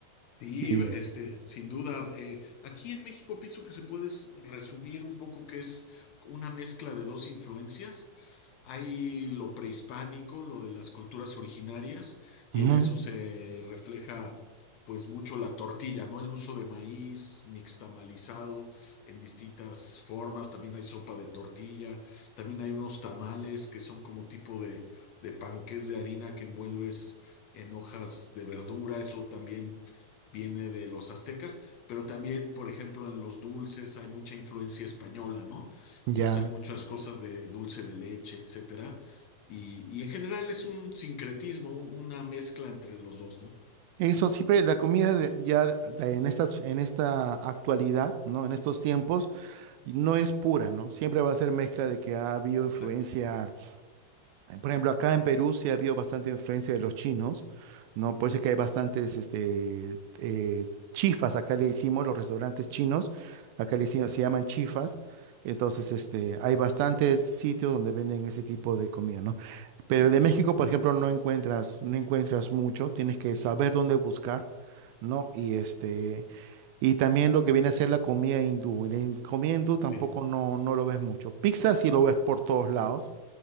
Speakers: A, on the left (about 45°); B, on the right (about 45°).
A: Sí,
B: Y
A: este, sin duda. eh, aquí en México pienso que se puede s- resumir un poco que es una mezcla de dos influencias. Hay lo prehispánico, lo de las culturas originarias, y
B: ujú,
A: en eso se refleja pues mucho la tortilla, ¿no? El uso de maíz mixtamalizado en distintas formas. También hay sopa de tortilla, también hay unos tamales que son como tipo de, de panqués de harina que envuelves en hojas de verdura. Eso también viene de los aztecas, pero también, por ejemplo, en los dulces hay mucha influencia española, ¿no? Entonces
B: ya.
A: hay muchas cosas de dulce de leche, etcétera. Y, y en general es un sincretismo, un- una mezcla entre los dos, ¿no?
B: Eso siempre la comida de- ya de- en estas, en esta actualidad, ¿no? En estos tiempos, no es pura, ¿no? Siempre va a ser mezcla de que ha habido
A: Exacto.
B: influencia por ejemplo, acá en Perú sí ha habido bastante influencia de los chinos, ¿no? Por
A: Sí,
B: eso es que hay bastantes este, eh, chifas, acá le decimos, los restaurantes chinos, acá le decimos, se llaman chifas. Entonces, este, hay bastantes sitios donde venden ese tipo de comida, ¿no? Pero de México, por ejemplo, no encuentras, no encuentras mucho, tienes que saber dónde buscar, ¿no? Y este, y también lo que viene a ser la comida hindú. La in- comida hindú tampoco
A: sí,
B: no, no lo ves mucho. Pizza sí lo ves por todos lados.